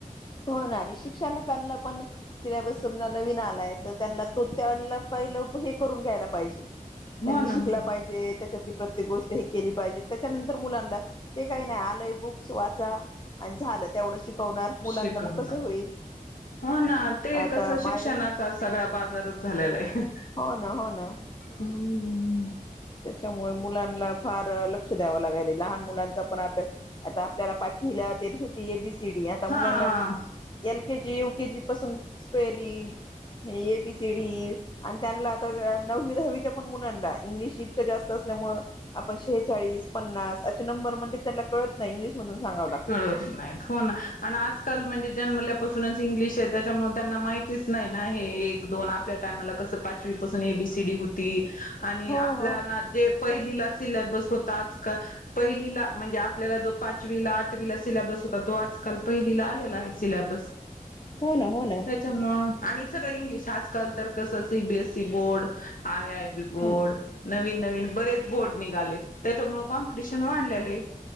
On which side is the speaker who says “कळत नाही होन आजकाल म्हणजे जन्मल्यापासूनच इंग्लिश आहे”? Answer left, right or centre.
Left